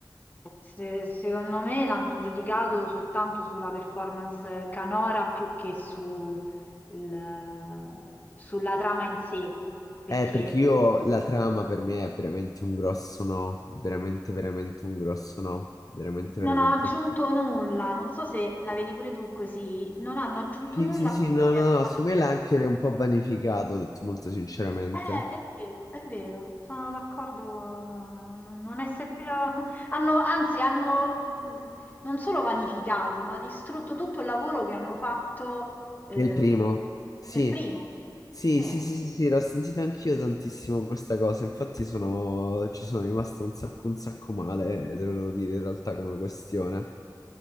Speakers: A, on the left; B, on the left.
A: Se- secondo me l'hanno giudicato soltanto sulla performance canora più che su il- sulla trama in sé, perché
B: Eh, perché io la trama per me è veramente un grosso no, veramente, veramente un grosso no, veramente,
A: non
B: veramente
A: ha aggiunto
B: un...
A: nulla. Non so se la vedi pure tu così, non hanno aggiunto
B: Sì,
A: nulla
B: sì,
A: a
B: sì, no,
A: quello che
B: no,
A: è stato
B: no, secondo
A: detto.
B: me l'ha anche un po' vanificato, ho detto molto sinceramente.
A: Eh, è vero, è vero, sono d'accordo, non, non è servito, <laughs> hanno, anzi hanno non solo vanificato, ma distrutto tutto il lavoro che hanno fatto eh,
B: Nel primo, sì,
A: per primo.
B: sì,
A: Sì.
B: sì, sì, sì, sì, l'ho sentita anch'io tantissimo questa cosa, infatti sono, ci sono rimasto un sacco, un sacco male, eh, te lo devo dire in realtà come questione.